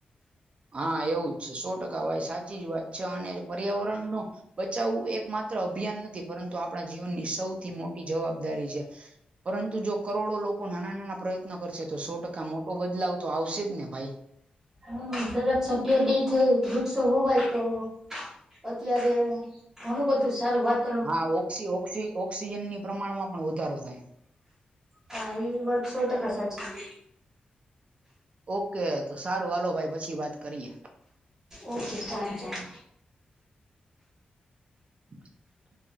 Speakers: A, on the right (about 40°); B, on the right (about 15°).
A: હા એવું જ છે સો ટકા ભાઈ સાચી જ વાત છે. અને પર્યાવરણ નો બચાવવું એક માત્ર અભિયાન નથી. પરંતુ આપણા જીવનની સૌથી મોટી જવાબદારી છે. પરંતુ જો કરોડો લોકો નાના નાના પ્રયત્નો કરશે તો સો ટકા મોટો બદલાવ તો આવશે જ ને ભાઈ.
B: હમ દરેક સભ્ય <unintelligible> વૃક્ષો હોવાય તો અત્યારે ઘણું બધું સારું વાત
A: હા ઓક્સિ ઓક્સિ ઑક્સિજનની પ્રમાણમાં પણ વધારો થાય.
B: હા એ વાત શો ટકા સાચી છે.
A: ઓકે તો સારું હાલો ભાઈ પછી વાત કરીએ.
B: ઓકે ચાલો ચાલો.
A: <inaudible>